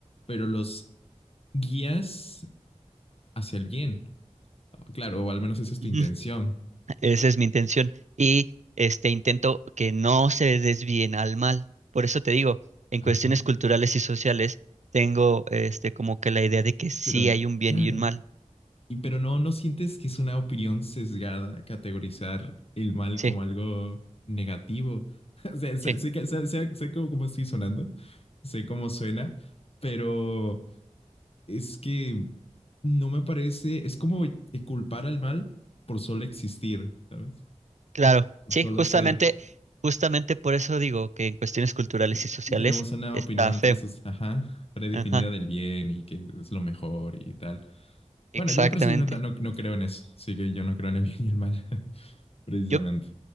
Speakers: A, on the left; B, on the right.
A: pero los guías hacia el bien. Claro, o al menos esa es tu
B: Ujú,
A: intención.
B: Esa es mi intención. Y este intento que no se desvíen al mal. Por eso te digo, en
A: Ajá.
B: cuestiones culturales y sociales, tengo este como que la idea de que sí
A: Pero,
B: hay un bien
A: claro.
B: y un mal.
A: Y pero no, ¿no sientes que es una opinión sesgada categorizar el mal
B: Sí,
A: como algo negativo? <laughs> O sea, sé,
B: sí,
A: sé que- sé- sé- sé cómo, cómo estoy sonando, sé cómo suena, pero es que no me parece, es como culpar al mal por solo existir, ¿sabes?
B: claro.
A: Por
B: Sí,
A: solo
B: justamente,
A: ser.
B: justamente por eso digo que en cuestiones culturales
A: Y
B: y sociales
A: y tenemos una
B: está
A: opinión
B: feo.
A: presus, ajá, predefinida
B: Ajá,
A: del bien y que es lo mejor y tal.
B: exactamente.
A: Bueno, yo personalmente no, no creo en eso, así que yo no creo en el bien y el mal, <laughs> precisamente.
B: Yo